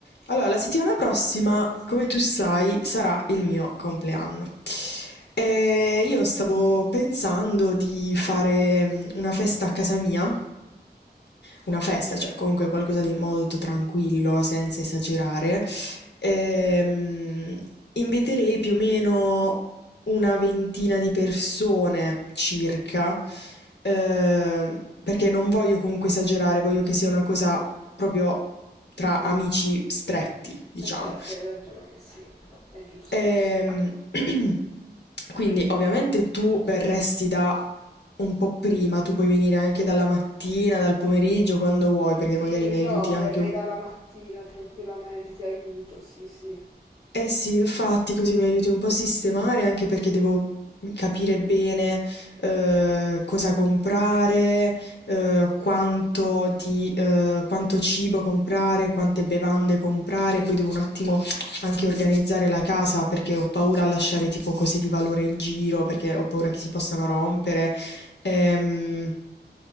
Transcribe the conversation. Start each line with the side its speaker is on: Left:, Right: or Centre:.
Left: Allora, la settimana prossima, come tu sai, sarà il mio compleanno. E io stavo pensando di fare mm, una festa a casa mia una festa, cioè comunque qualcosa di molto tranquillo, senza esagerare. Ehm, inviterei più o meno una ventina di persone circa, ehm, perché non voglio comunque esagerare, voglio che sia una cosa proprio tra amici stretti, diciamo.
Centre: Eh certo, hai ragione, sì, è giusto
Left: Ehm,
Centre: così.
Left: <clears throat> quindi ovviamente tu verresti da un po' prima, tu puoi venire anche dalla mattina, dal pomeriggio, quando vuoi, perché
Centre: Sì,
Left: magari mi aiuti
Centre: io
Left: anche
Centre: verrei
Left: un
Centre: dalla mattina tranquillamente, ti aiuto, sì, sì.
Left: Eh sì, infatti, così mi aiuti un po' a sistemare, anche perché devo capire bene eh, cosa comprare, eh, quanto di, eh, quanto cibo comprare, quante bevande comprare, poi devo un attimo anche organizzare la casa perché ho paura a lasciare tipo cose di valore in giro, perché ho paura che si possano rompere. Ehm,